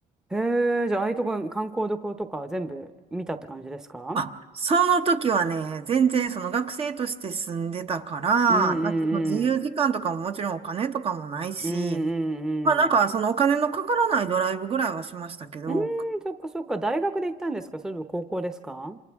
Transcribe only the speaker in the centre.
へえ、じゃあ、ああいうとこ、観光どことか全部見たって感じですか
うんうんうん。
うんうんうん。
うーん、そっかそっか。大学で行ったんですかそれとも高校ですか